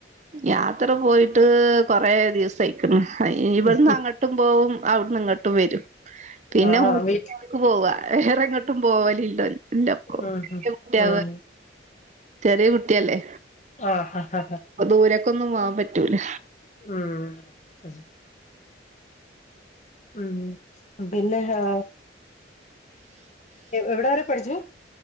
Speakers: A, on the right (about 40°); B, on the left (about 40°).
A: യാത്ര പോയിട്ട് കൊറെ ദിവസായിരിക്ക്ണ് ഇവിടുന്ന്
B: ഉം
A: അങ്ങോട്ടും പോവും അവിട്ന്ന് ഇങ്ങട്ടും വരും പിന്നെ
B: ആഹ് ആഹ് വീട്ടി
A: ട്ടിക്ക് പോവ വേറെങ്ങോട്ടും പോവലില്ല ഇല്ലപ്പൊ
B: ഉം ഉം
A: കുട്ടിയാവ്
B: ഉം
A: ചെറിയ കുട്ടിയല്ലേ
B: ആ ഹ ഹ
A: അപ്പൊ ദൂരക്കൊന്നും പോവാൻ പറ്റൂല
B: ഉം ഉം പിന്നെ ആ എവിടെ വരെ പഠിച്ചു